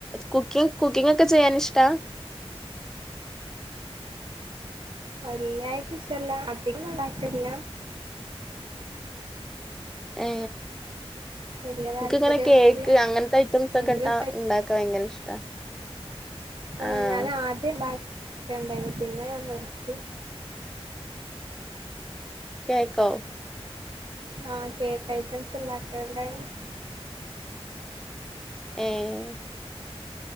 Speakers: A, in the centre; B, on the right.
A: കുക്കിങ് കുക്കിങ്‌ ഒക്കെ ചെയ്യാൻ ഇഷ്ടാ
B: വല്യായിട്ട് ഇഷടല്ല അധികൊന്നും ഉണ്ടാക്കല് ല്ല്യാ
A: ഏ
B: വല്യ താല്പര്യൊന്നുല്ല
A: ഇക്ക് ഇങ്ങനെ കേക്ക് അങ്ങൻത്തെ ഐറ്റംസ്
B: എങ്കിലും
A: ഒക്കെ ഇട്ടാ
B: സ്പെഷ്
A: ഇണ്ടാ ക്കാ ഭയങ്കര ഇഷ്ടാ
B: ആ
A: ആഹ്
B: ഞാന് ആദ്യം ണ്ടാക്കല് ണ്ടായ്ന്നു പിന്നെ ഞാൻ നിർത്തി
A: കേക്കോ
B: ആ കേക്ക് ഐറ്റംസ് ണ്ടാക്കല് ണ്ടായ്നു
A: ഏഹ്